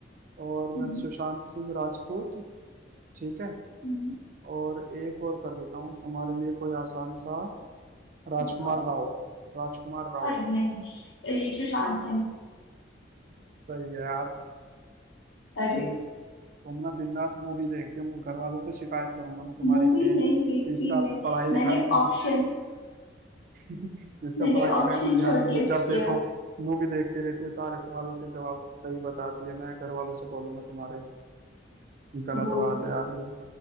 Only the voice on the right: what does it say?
और
सुशांत सिंह राजपूत ठीक है
और एक और कर देता हूँ तुम्हारे लिए कोई आसान सा राजकुमार
राव राजकुमार राव
सही है यार
तुम तुम ना दिन रात मूवी देखती हो घर वालों से शिकायत करूंगा मैं तुम्हारी
कि
इसका
पढ़ाई लिखाई
में
<laughs> इसका
पढ़ाई लिखाई
में ध्यान
नहीं है जब
देखो मूवी देखती रहती है सारे सवालों के जवाब सही बताती है मैं घर वालों से बोलूंगा तुम्हारे गलत
बात
है यार ये